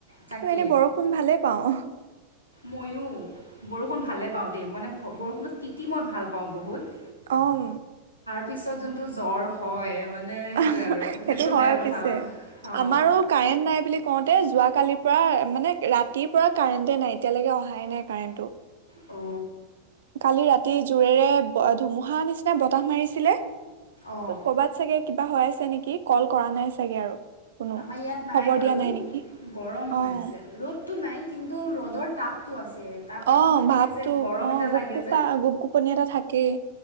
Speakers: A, on the left (about 85°); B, on the right (about 60°).
A: তাকে
B: কিন্তু এনে বৰষুণ ভালেই পাও অ
A: ময়ো বৰষুণ ভালেই পাওঁ দেই মানে বৰষুণত তিতি মই ভাল পাওঁ বহুত
B: অম
A: পিছত যোনটো জ্বৰ হয় মানে সেইটোৱে
B: সেইটো
A: আৰু বেয়া
B: হয়
A: কথা
B: পিছে
A: অঁ
B: আমাৰো কাৰেণ্ট নাই বুলি কওঁতে যোৱা কালি অঁ মানে ৰাতিৰ পৰা কাৰেণ্টেটে নাই এতিয়ালৈকে অহাই নাই কাৰেণ্টটো
A: অ
B: কালি ৰাতি জোৰেৰে ধুমুহা নিচিনা বতাহ মাৰিছিলে
A: অঁ
B: ক'বাত চাগে কিবা হৈ আছে নেকি কল কৰা নাই চাগে আৰু কোনো।
A: আমাৰ ইয়াত নাই
B: খবৰ
A: বাৰু
B: দিয়া নেকি?
A: গৰম
B: অ',
A: হৈ আছে ৰ'দ টো নাই কিন্তু ৰ'দৰ টাপ টো আছে তাপটো
B: অ
A: নহয় পিনে
B: ভাৱটো
A: যে গৰম
B: অ
A: এটা
B: গোপগোপা
A: লাগে যে
B: গোপগোপনি এটা থাকেই